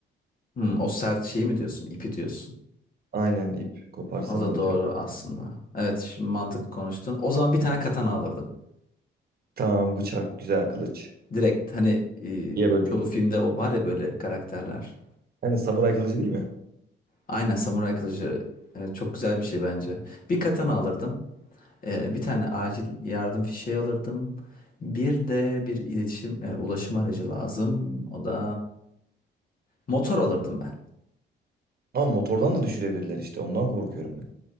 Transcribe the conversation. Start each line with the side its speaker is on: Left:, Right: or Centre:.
Left: Hmm, o sert şeyi mi diyorsun? İpi diyorsun.
Right: Aynen ip koparsa
Left: O
Right: ne
Left: da
Right: olacak?
Left: doğru aslında. Evet, şimdi mantıklı konuştun. O zaman bir tane katana alırdım.
Right: Tamam bıçak güzel kılıç.
Left: Direkt hani e,
Right: Diye böyle.
Left: çoğu filmde o var ya böyle karakterler.
Right: Yani samuray kılıcı değil mi?
Left: Aynen samuray kılıcı Evet, çok güzel bir şey bence. Bir katana alırdım. E, bir tane acil yardım fişeği alırdım. Bir de bir iletişim e, ulaşım aracı lazım. O da motor alırdım ben.
Right: Ama motordan da düşürebilirler işte ondan korkuyorum ben.